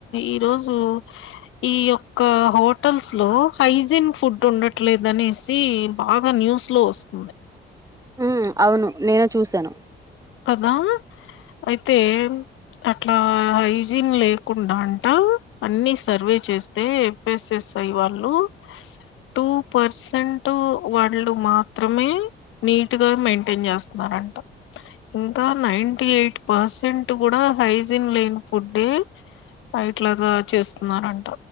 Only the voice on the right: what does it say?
హు అవును నేను చూశాను